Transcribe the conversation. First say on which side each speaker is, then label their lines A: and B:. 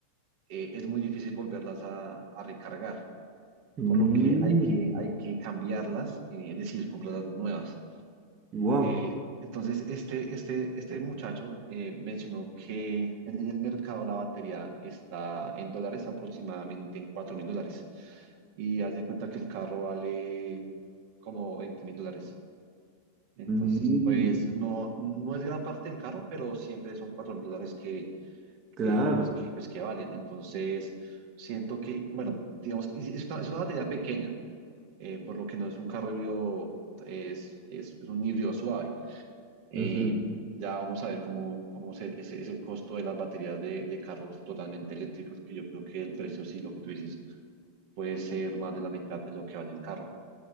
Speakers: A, on the right (about 50°); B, on the right (about 30°).
A: eh, es muy difícil volverlas a, a recargar,
B: Mm,
A: por lo que hay que, hay que cambiarlas, eh, es decir, comprar las nuevas.
B: wow.
A: Eh, entonces, este, este, este muchacho eh, mencionó que en, en el mercado la batería está en dólares, aproximadamente en cuatro mil dólares. Y haz de cuenta que el carro vale como veinte mil dólares. Entonces,
B: Mm.
A: pues no, no es gran parte del carro, pero siempre son cuatro mil dólares que,
B: Claro.
A: que, pues, que, pues, que valen. Entonces, siento que, bueno, digamos que es es una, es una batería pequeña, eh, por lo que no es un carro híbrido, es, es es un híbrido suave. Eh,
B: ujú.
A: ya vamos a ver cómo, cómo se- ese es el costo de las baterías de, de carros totalmente eléctricos, que yo creo que el precio, sí, lo que tú dices, puede ser más de la mitad de lo que vale el carro.